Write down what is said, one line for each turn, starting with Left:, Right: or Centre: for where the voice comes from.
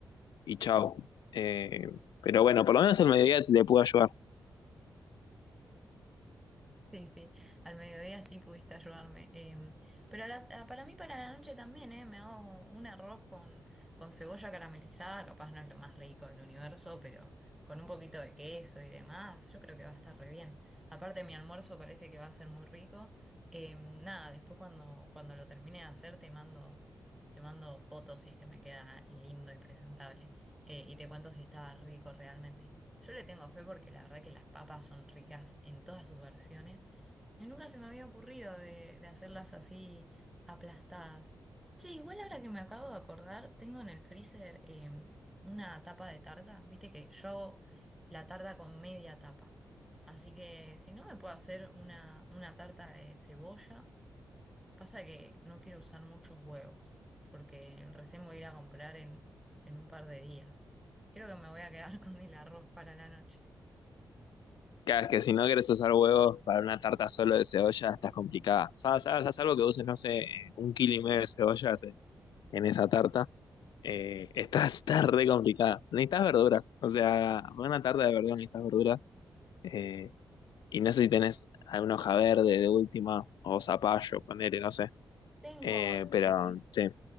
Left: y chao. Eh, pero bueno, por lo menos el mediodía te, te puedo ayudar.
Centre: Sí, sí, al mediodía sí pudiste ayudarme. em, pero a la- a- para mí, para la noche también, eh, me hago un arroz con, con cebolla caramelizada, capaz no es lo más rico del universo, pero con un poquito de queso y demás, yo creo que va a estar re bien. Aparte, mi almuerzo parece que va a ser muy rico. Em, nada, después cuando, cuando lo termine de hacer te mando, te mando fotos si es que me queda lindo y presentable. eh, y te cuento si estaba rico realmente. Yo le tengo fe porque la verdad que las papas son ricas en todas sus versiones y nunca se me había ocurrido de, de hacerlas así aplastadas. Che, igual ahora que me acabo de acordar, tengo en el freezer eh, una tapa de tarta. Viste que yo hago la tarta con media tapa. Así que si no me puedo hacer una, una tarta de cebolla, pasa que no quiero usar muchos huevos porque recién voy a ir a comprar en, en un par de días. Creo que me voy a quedar <laughs> con el arroz para la noche.
Left: Cada vez que si no quieres usar huevos para una tarta solo de cebolla, estás complicada. ¿Sabes? ¿Sabes? Haz algo que uses, no sé, un kilo y medio de cebollas en en esa tarta Eh, está, <laughs> está re complicada. Necesitas verduras. O sea, para una tarta de verdura necesitas verduras. Eh, y no sé si tenés alguna hoja verde de última o zapallo, ponele, no sé.
Centre: Tengo,
Left: Eh, pero
Centre: espi-
Left: sí.